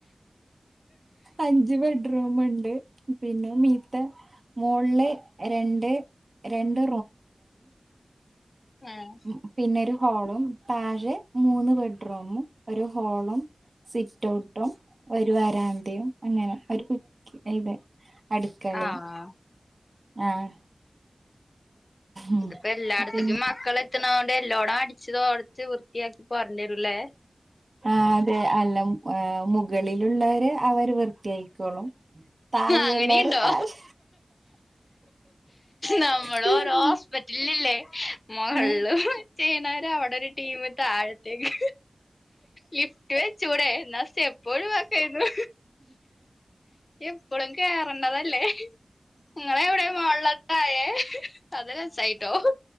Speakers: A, on the right; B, on the left.
A: അഞ്ച് ബെഡ്റൂമ്ണ്ട് പിന്നെ മീത്ത മോള്ള്ല് രണ്ട് രണ്ട്
B: ആഹ്
A: ഉ പിന്നൊരു ഹോളും താഴെ മൂന്ന് ബെഡ്റൂമും ഒരു ഹോളും സിറ്റ് ഔട്ടും ഒരു വരാന്തയും അങ്ങനെ ഒരു കു <unintelligible> അടുക്കളയും
B: ആഹ്
A: ആഹ് ഉം
B: ഇതിപ്പം എല്ലായിടത്തെക്കും
A: പിന്നെ
B: മക്കള് എത്തണോണ്ട് എല്ലോടം അടിച്ച് തോടച്ച് വൃത്തിയാക്കി പറഞ്ഞരൂല്ലേ
A: ആ അതെ അല്ലം ആ മുകളിലുള്ളവര് അവര് വൃത്തിയായിക്കോളും താഴെയുള്ളവർ
B: അങ്ങനെയുണ്ടോ
A: താഴെ
B: നമ്മള്
A: പിൻ
B: ഓ--രോ ഹോസ്പിറ്റ ഇല്ലില്ലേ മൊഹള്ളു
A: ഏ
B: ചെയ്യണോര് അവിടൊരു ടീമ് താഴത്തേക്ക് ലിഫ്റ്റ് വെച്ചൂടെ എന്ന സ്റ്റെപ്പൊഴുവാക്കാര്ന്നു എപ്പളും കേറണ്ടതല്ലേ നിങ്ങളെ എവിടെ മോള്ള്ലോ താഴെ അത് രസായിട്ടോ